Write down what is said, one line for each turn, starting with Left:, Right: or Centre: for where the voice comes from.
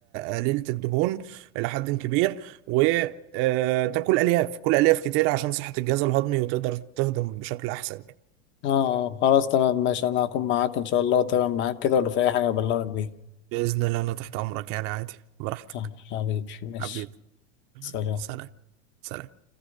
Right: آه، قليله الدهون الى حد كبير وتاكل الياف كل الياف كتير عشان صحه الجهاز الهضمي وتقدر تهضم بشكل احسن يعني
Left: اه آه، خلاص تمام ماشي انا هكون معاك ان شاء الله وتمام معاك كده ولو في اي حاجة ابلغك بيها
Right: بإذن الله أنا تحت أمرك يعني عادي براحتك
Left: آه، حبيبي ماشي
Right: حبيبي
Left: سلام
Right: سلام سلام